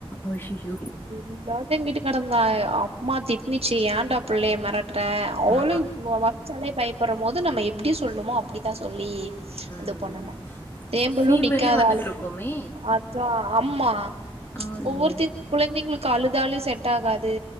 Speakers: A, on the left; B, on the right.
A: ஐயிய்யோ
B: <inaudible> நேரோ தேம்பிட்டு கெடந்தா அம்மா திட்னிச்சு ஏன்டா புள்ளைய மெரட் ற அவளே
A: ஆ
B: வொ மொறச்சாலே பயப்பட்ற போது நம்ம எப்டி சொல்ணுமோ அப்டிதா சொல்லி
A: ம்
B: இது பண்ணனு தேம்பலு
A: ஃபீவரே
B: நிக்காதளவுக்
A: வந்துட்ருக்குமே.
B: அப் ச்சா ஆம்மா
A: ஆயோ!
B: ஒவ்வொருத்த குழந்தைங்களுக்கு அழுதாலு செட்டாகாது